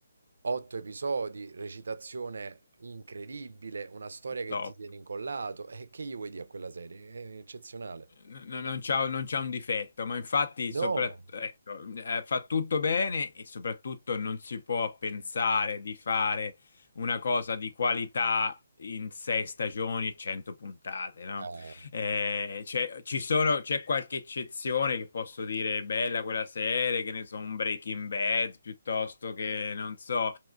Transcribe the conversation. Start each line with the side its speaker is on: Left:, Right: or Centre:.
Right: Otto episodi, recitazione incredibile, una storia che
Left: Top.
Right: ti tiene incollato. E che gli vuoi dire a quella serie? È eccezionale.
Left: No- non c'ha non c'ha un difetto, ma infatti
Right: No.
Left: sopra- ecco, eh, fa tutto bene e soprattutto non si può pensare di fare una cosa di qualità in sei stagioni e 100 puntate, no?
Right: Eh,
Left: Eh, c'è ci sono- c'è qualche eccezione che posso dire bella quella serie, che ne so, un Breaking Bad piuttosto che non so,